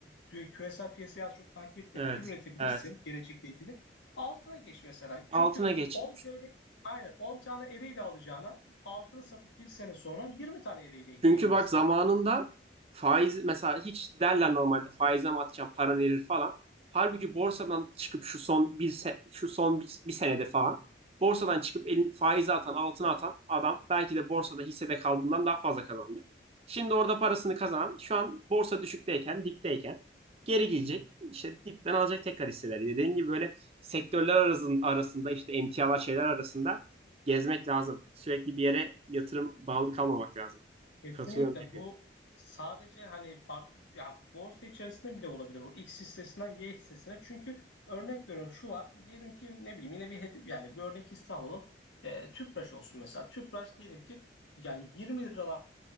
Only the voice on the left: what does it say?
küresel piyasayı az çok takip ettiğinde
fikir üretebilirsin
gelecekle ilgili. Altına geç mesela. Çünkü
10 TL aynen 10 tane Ereğli alacağına altını satıp bir sene sonra 20 tane Ereğli ekleyebilirsin.
Kesinlikle
bu sadece hani farklı ya borsa içerisinde bile olabilir o X hissesinden Y hissesine. Çünkü örnek veriyorum şu var. Diyelim ki ne bileyim yine bir hedi yani bir örnek hisse alalım. E, Tüpraş olsun mesela. Tüpraş diyelim ki yani 20 liralar